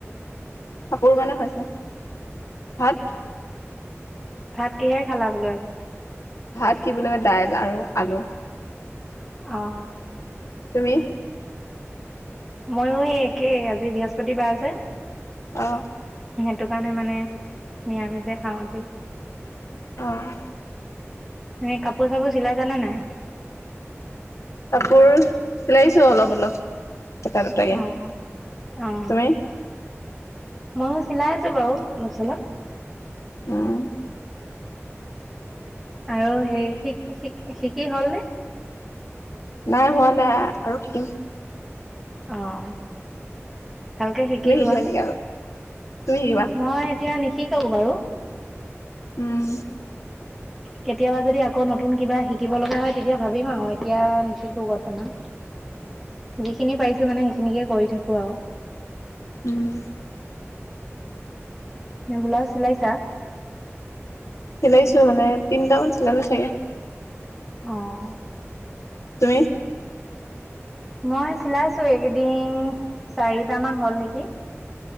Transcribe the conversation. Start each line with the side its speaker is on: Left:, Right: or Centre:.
Left: কাপোৰ কাৰনে হৈছে। ভাত।
Centre: ভাত কিহে খালা বোলো আজি।
Left: ভাত কি বুলি কয় দাইল আৰু আলু।
Centre: অহ।
Left: তুমি।
Centre: ময়ো সেই একেই আজি বৃহস্পতিবাৰ যে।
Left: অহ।
Centre: সেইটো কাৰণে মানে নিৰামিষে খাওঁ আজি।
Left: অহ।
Centre: এ কাপোৰ চাপোৰ চিলাই চানে নাই।
Left: কাপোৰ। চিলাইছো অলপ অলপ। এটা দুটাকে
Centre: অ'
Left: তুমি!
Centre: অ' ময়ো চিলাই আছো বাৰু অলপচলপ।
Left: অহ।
Centre: আৰু হে শিক শিক। শিকি হল নে।
Left: নাই হোৱা নাই আৰু শিকম
Centre: আহ ভালকে শিকি
Left: তুমি শিকিবা
Centre: লোৱা
Left: নেকি আৰু তুমি শিকিবা
Centre: মই এতিয়া নিশিকো বাৰু
Left: উম
Centre: কেতিয়াবা যদি আকৌ নতুন কিবা শিকিব লগা হয় তেতিয়া ভাবিম আহ এতিয়া নিশিকো বৰ্তমান যিখিনি পাৰিছো মানে খিনিকে কৰি থাকো আৰু
Left: উম
Centre: ন বোলাউজ চিলাইছা
Left: চিলাইছো মানে তিনিটামান চিলালো চাগে
Centre: আহ
Left: তুমি
Centre: মই চিলাইছো এইকেইদিন চাৰিটামান হল নেকি।